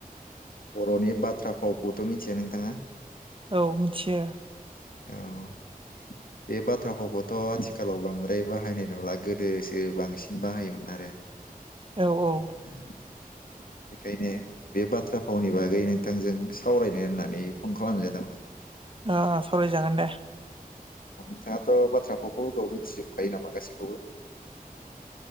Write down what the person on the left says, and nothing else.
बर'नि बाथ्रा फावखौथ' मिथियो नोंथाङा?
औ। बे बाथ्रा फावखौथ' आथिखालाव बांद्राय बाहायनाय नुला गोदोसो बांसिन बाहाय जायोमोन आरो
ओ बेखायनो बे बाथ्रा फावनि बागै नोंथांजों सावरायनो होननानै फन खालामनाय जादोंमोन।
नोंथाङाथ' बाथ्राफावफोरखौ मिथिजोबखायो नामा गासैखौबो? <inaudible>